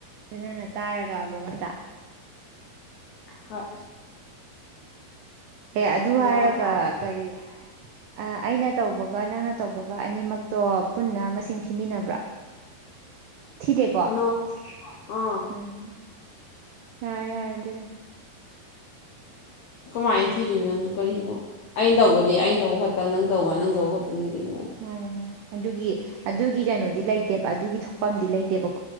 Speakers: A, on the right (about 85°); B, on the left (about 90°).
A: ꯂꯣꯏꯅꯅ ꯇꯥꯔꯒ ꯑꯃꯨꯛ ꯉꯠꯇ꯭ꯔ
B: ꯍꯣꯏ
A: ꯑꯦ ꯑꯗꯨ
B: ꯕꯦꯔꯥ
A: ꯍꯥꯏꯔꯒ
B: ꯀꯥꯗ꯭ꯔꯣ
A: ꯀꯔꯤ ꯑ ꯑꯩꯅ ꯇꯧꯕ ꯒ ꯅꯪꯅ ꯇꯧꯕꯒ ꯑꯅꯤꯃꯛꯇꯣ ꯄꯨꯟꯅ ꯃꯁꯤꯡ ꯊꯤꯃꯤꯟꯅꯕ꯭ꯔꯥ ꯊꯤꯗꯦꯀꯣ
B: ꯅꯣ ꯑꯥ
A: ꯎꯝ ꯌꯥꯔꯦ ꯌꯥꯔꯦ ꯑꯗꯨꯗꯤ
B: ꯀꯃꯥꯏꯅ ꯊꯤꯗꯣꯏꯅꯣ ꯅꯪꯁꯨ ꯀꯔꯤꯅꯣ ꯑꯩꯅ ꯇꯧꯕꯗꯤ ꯑꯩꯅ ꯇꯧꯕ ꯈꯛꯇꯪ ꯅꯪ ꯇꯧꯕ ꯅꯪ ꯇꯧꯕ ꯈꯛꯇꯅꯤ ꯀꯩꯅꯣ
A: ꯃꯥꯟꯅꯦ ꯃꯥꯅꯦ ꯑꯗꯨꯒꯤ ꯑꯗꯨꯒꯤ ꯀꯩꯅꯣꯗꯤ ꯂꯩꯇꯦꯕ ꯑꯗꯨꯒꯤ ꯊꯣꯛꯐꯝꯗꯤ ꯂꯩꯇꯦꯕ